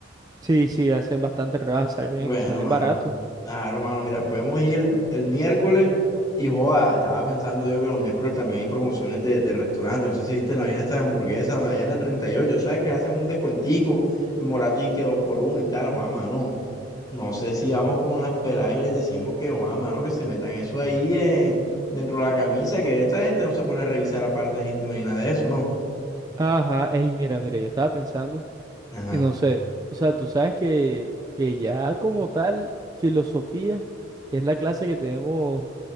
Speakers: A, on the right; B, on the left.
A: Sí, sí, hacen bastante rebajas, salen,
B: Bueno,
A: salen
B: mano,
A: baratos
B: claro, mano, mira, podemos ir el, el miércoles y joda, estaba pensando yo que los miércoles también hay promociones de, de restaurantes, no sé si viste la vaina esta de hamburguesa allá en el treinta y ocho ¿sabes? Que hacen un descuentico en Morato y que dos por uno y tal, joda, mano, no sé si vamos con las peladas y les decimos que, joda, mano, que se metan eso ahí en- dentro de la camisa, que esta gente no se pone a revisar las partes íntimas ni nada de eso, ¿no?
A: Ajá, ey, mira, mira, yo estaba pensando.
B: Ajá,
A: Y no sé, o sea, tú sabes que, que ya como tal, filosofía, que es la clase que tenemos